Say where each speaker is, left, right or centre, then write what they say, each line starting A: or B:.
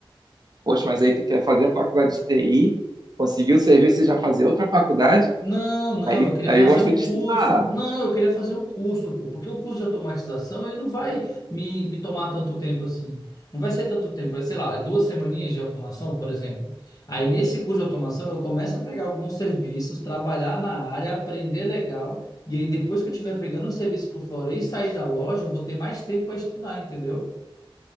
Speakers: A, on the right; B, on the left.
A: Poxa, mas aí tu quer fazer a faculdade de TI, conseguir o serviço e já fazer outra faculdade?
B: Não, não,
A: Aí,
B: eu queria
A: aí
B: fazer
A: eu gosto
B: um curso.
A: de estudar.
B: Não, eu queria fazer um curso, pô, porque o curso de automatização, ele não vai me, me tomar tanto tempo assim. Não vai ser tanto tempo, vai, sei lá, duas semaninhas de automação, por exemplo. Aí nesse curso de automação, eu começo a pegar alguns serviços, trabalhar na área, aprender legal, e aí depois que eu estiver pegando um serviço por fora e sair da loja, eu vou ter mais tempo para estudar, entendeu?